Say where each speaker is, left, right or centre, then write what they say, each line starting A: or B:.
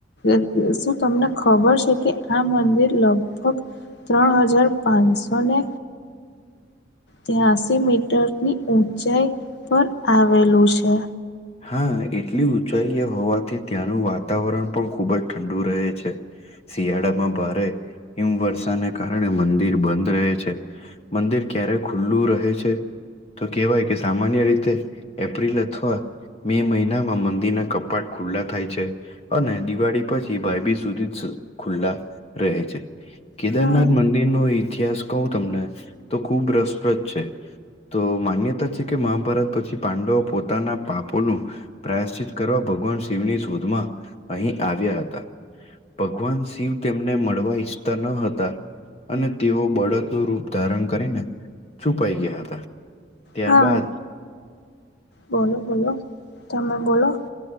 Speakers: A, on the left (about 65°); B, on the left (about 35°).
A: <inaudible> શું તમને ખબર છે કે આ મંદિર લગભગ ત્રણ હજાર પાનસોને ત્યાસી મીટરની ઊંચાઈ પર આવેલું છે.
B: હા એટલી ઊંચાઈએ હોવાથી ત્યાંનું વાતાવરણ પણ ખૂબ જ ઠંડુ રહે છે. શિયાળામાં ભારે હિમવર્ષાને કારણે મંદિર બંધ રહે છે. મંદિર ક્યારે ખુલ્લું રહે છે તો કેવાય કે સામાન્ય રીતે એપ્રિલ અથવા મે મહિનામાં મંદિરના કપાટ ખુલ્લા થાય છે. અને દિવાળી પછી ભાઈબીજ સુધી <unintelligible> ખુલ્લા રહે છે. કેદારનાથ
A: હા
B: મંદિરનો ઇતિહાસ કવ તમને તો ખૂબ રસપ્રદ છે. તો માન્યતા છે કે મહાભારત પછી પાંડવો પોતાના પાપ ઓલું પ્રાયશ્ચિત કરવા ભગવાન શિવની શોધમાં અહીં આવ્યા હતા. ભગવાન શિવ તેમને મળવા ઈચ્છતા ન હતા. અને તેઓ બળદનું રૂપ ધારણ કરીને છુપાય ગયા હતા. ત્યારબાદ
A: હા બોલો બોલો તમે બોલો